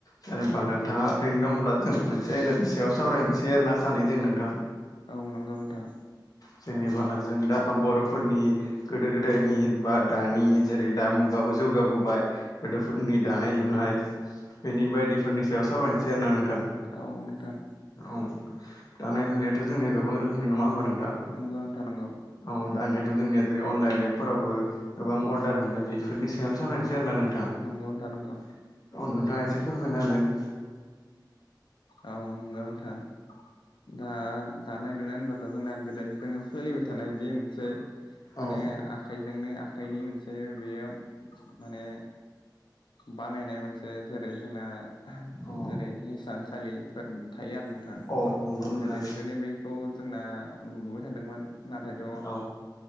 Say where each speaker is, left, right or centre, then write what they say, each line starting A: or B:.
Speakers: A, on the left (about 50°); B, on the left (about 80°).
A: जेनेबा नोंथाङा ओरैनो दंब्ला जों मोनसे आयदानि सा याव सावरायनोसै आरोना सानैजों नोंथां।
B: औ नंगौ नोंथां।
A: जेनेबा जों दा बर'फोरनि गोदो गोदायनि बा दानि जेरै दा मुगाबो जौगाबोबाय गोदोफोरनि दानाय लुनाय बेनि बायदिफोरनि सायाव सावरायनोसै आरोना नोंथां
B: औ नोंथां
A: औ दानाय लुनायाथ' जोंनिया गोबां रोखोमनि नङा होमबा नोंथां।
B: नंगौना थानांगौ।
A: औ दानियाथ' जोंनिया जेरै अनलाइन एपफोरावबो गोबां अर्डार मोनो बेफोरनि सायावनो सावराय। आरो ना नोंथां औ
B: नंगौ नोंथां नंगौ
A: नोंथाङा एसे फोरमायनो हालाय नों
B: औ नंगौ नोंथां दा दानाय लुनाय होनब्लाथ' जोंनिया गोदोनिफ्रायनो सोलिबाय थानाय बे मोनसे माने
A: औ
B: आखाइजोंनो आखाइनि मोनसे बेयो माने बानायनाय मोनसे जेरै जोंना
A: औ
B: जेरै हिसानसालिफोर थायो आरो नोंथां
A: औ नंगौ नोंथां
B: गोदोनिफ्रायनो बै बेखौ जोंना नुबोबाय थादोंमोन नाथायथ'
A: औ